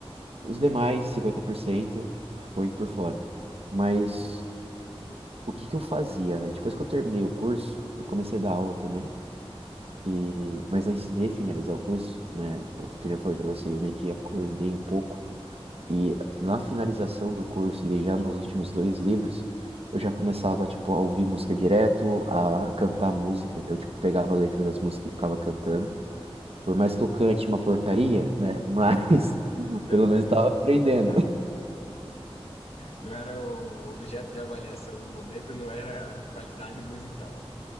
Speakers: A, on the right; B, on the left.
A: Os demais, 50% foi por fora. Mas
B: Fora.
A: o que que eu fazia, né? Depois que eu terminei o curso, eu comecei a dar aula também. E, mas antes de finalizar o curso, né, eu, que nem eu falei para você, eu meio que acordei um pouco e na finalização do curso, ali já nos últimos dois livros, eu já começava, tipo, a ouvir música direto, a cantar música. Então, tipo, pegava a letra das músicas e ficava cantando. Por mais que eu cante uma porcaria, né? Mas <laughs>
B: Pelo
A: pelo menos
B: menos
A: tava aprendendo.
B: cantava.
A: <laughs>
B: Não era o objeto de avaliação no momento, não era qualidade musical.